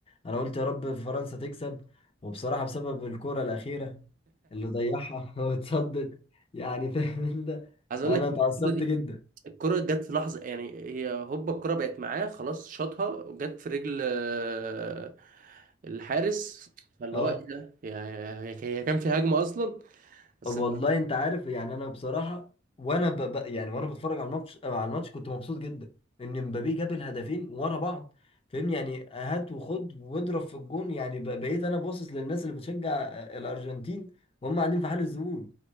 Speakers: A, on the left; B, on the right.
A: انا قلت يا رب فرنسا تكسب وبصراحه بسبب الكره الاخيره اللي ضيعها <laughs> واتصدت يعني فاهم انت
B: عايز اقول
A: انا
B: لك الكره
A: اتعصبت
B: دي
A: جدا
B: الكره جت في لحظه يعني هي هوبا الكره بقت معاه خلاص شاطها وجت في رجل آه، الحارس فاللي
A: اه
B: هو ايه ده هي هي- هي كان في هجمه اصلا بس
A: والله انت عارف يعني انا بصراحه وانا ب... ب... يعني وانا بتفرج على الماتش آه، على الماتش كنت مبسوط جدا ان مبابي جاب الهدفين ورا بعض فاهمني يعني هات وخد واضرب في الجون يعني ب... بقيت انا باصص للناس اللي بتشجع آه، الارجنتين وهم قاعدين في حال الذهول